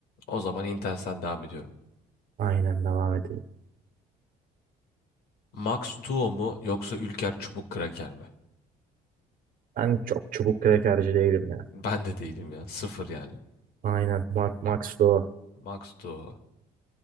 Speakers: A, on the left; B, on the right.
A: O zaman Intense'den devam ediyorum.
B: Aynen devam edelim.
A: Max Duo mu yoksa Ülker Çubuk Kraker mi?
B: Ben çok çubuk krekerci değilim ya.
A: Ben de değilim ya. Sıfır yani.
B: Aynen. Max, Max Doğu.
A: Max Duo.